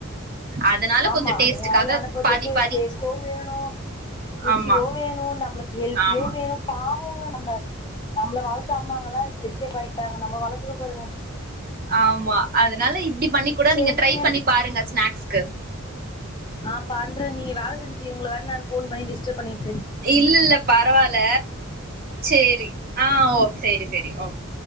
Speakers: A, on the right; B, on the left.
A: அதனால
B: ஆமா
A: கொஞ்சோ டேஸ்ட்டுக்காக
B: அதுங்க வாயில அனுப்புறதுக்கு
A: பாதி பாதி
B: டேஸ் யும் வேணும் ருசியும்
A: ஆமா
B: வேணும் நம்மளுக்கு ஹெல்த்தியும்
A: ஆமா
B: வேணும் பாவங்க நம்ம நம்மள வளத்த அம்மாங்கல்லாம் பிக்கப் ஆயிட்டாங்க நம்ம வளத்துறம் பாருங்க
A: ஆமா அதனால இப்படி பண்ணி கூட
B: சேரிங்க
A: நீங்க ட்ரை பண்ணி பாருங்க ஸ்நாக்ஸ்க்கு
B: ஆ பண்றேன் நீங்க வேல செஞ்சுட்டு இருக்கவங்கள வேற நான் ஃபோன் பண்ணி டிஸ்டப் பண்ணின்
A: இல்ல இல்ல பரவால சரி ஆ ஓ சரி சரி ஓகே